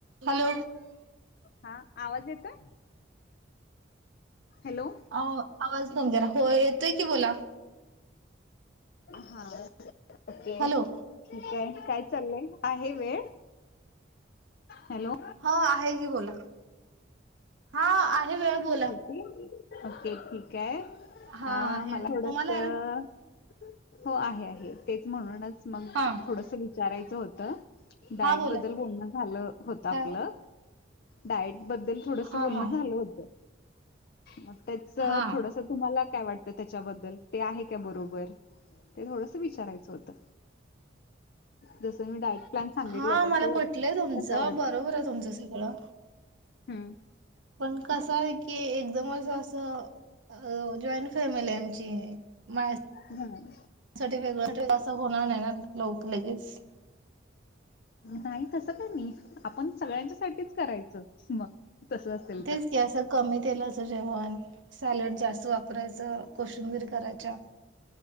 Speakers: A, on the right; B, on the left.
A: हॅलो.
B: हा आवाज येतोय. हॅलो.
A: अ आवाज नम घेरा हो येतोय की बोला.
B: हा ओके.
A: हॅलो.
B: ठीक आहे काय चाललंय आहे वेळ हॅलो.
A: हो आहे की बोला हा आहे वेळ बोला.
B: ओके ठीक आहे अ
A: हा आहे
B: मला
A: आहे.
B: थोडस.
A: तुम्हाला आहे ना?
B: हो आहे आहे तेच म्हणूनच मग
A: हा.
B: थोडस विचारायचं होतं. डायटबद्दल
A: हा बोला की.
B: बोलणं झालं होत आपलं
A: काय ओ?
B: डायटबद्दल थोडस
A: हा
B: बोलण
A: हा.
B: झालं होत मग त्याच
A: हा.
B: थोडस तुम्हाला काय वाटतं त्याच्याबद्दल ते आहे का बरोबर ते थोडस विचारायचं होत जस मी डायरेक्ट प्लॅन सांगितला
A: हा
B: होता
A: मला
B: तो
A: पटलंय तुमचं.
B: कसा वाटतो.
A: बरोबर आहे तुमचं सगळं.
B: हम्म.
A: पण कसं आहे की एकदमच असं जॉईंट फॅमिली आहे आमची म <unintelligible>
B: हम्म.
A: साठी वेगळ्या असं होणार नाही ना लोक लगेच.
B: नाही तसं का नाही आपण सगळ्यांच्या साठीच करायचं मग तसं असेल
A: तेच
B: तर
A: की असं कमी तेलाचं जेवण सॅलड जास्त वापरायचं कोशिंबीर घराच्या